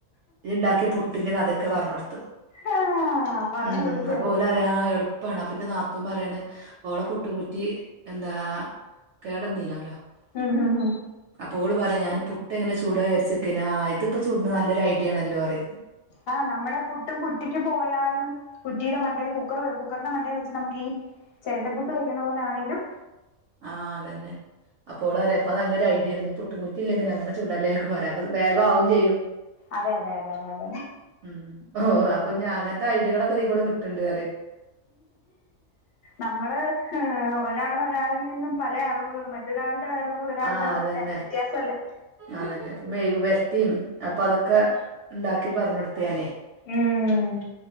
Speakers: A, on the right (about 65°); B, on the left (about 55°).
A: ഇത് ഉണ്ടാക്കിയ പുട്ടിന്റെ കഥയൊക്കെ പറഞ്ഞൊടു
B: ആ പറഞ്ഞു
A: മ്
B: കൊടുക്ക്
A: അപ്പൊ ഓലറിയ എളു പ്പാണ് അപ്പ ന്റെ നാത്തുന് പറയാണ് ഓളെ പുട്ടും കുറ്റി എന്താ കേടന്നിനല്ലോ.
B: ഹം ഹം ഹം
A: അപ്പോള് പറയാ ഞാന് പുട്ടങ്ങെ ചൂട വിചാരിച്ചെക്കന ആ ഇതിപ്പോ ചൂടന്ന് നല്ലൊരു ഐഡിയ ആണല്ലോറയു
B: ആഹ് നമ്മുടെ പുട്ടും കുറ്റിക്ക് പോയാലും കുറ്റിയുടെ മണ്ടയിൽ കുക്കർ കുക്കറിന്റെ മണ്ടയിൽ വെച്ച് നമുക്ക് ഈ ചിരട്ടപ്പുട്ട് വെക്കുന്ന പോലൊണെലും
A: ആഹ് അതെന്നെ അപ്പോ ഓള് പറിയാ അപ്പം നല്ലൊരു ഐഡിയ ആണ് ഇനി പുട്ടും കുറ്റി ഇല്ലെങ്കും അങ്ങനെ ചൂടാലേ ഒക്കെ പറയാ അപ്പം വേഗം ആവും ചെയ്യും
B: അതെ അതെ അതെ അതെ അതെ
A: ഉം ഓ അപ്പൊ ഇഞ്ഞ് അങ്ങനത്തെ ഐഡിയകളൊക്കെ ഇതേകൂടി കിട്ട്ണ്ട്
B: നമ്മള് ഒരാൾ ഒരാളിൽ നിന്നും പല അറിവുകളും മറ്റ രണ്ട് അറിവ് രണ്ട്
A: ആ
B: അറിവ്
A: അതന്നെ
B: രണ്ട് വ്യത്യാസം അല്ലേ
A: അതന്നെ ഇപ്പ മെഴുകു പുരട്ടിയും അപ്പൊ അതൊക്കെ ഉണ്ടാക്കി പറഞ് കൊടുത്തു ഞാന്
B: ഉം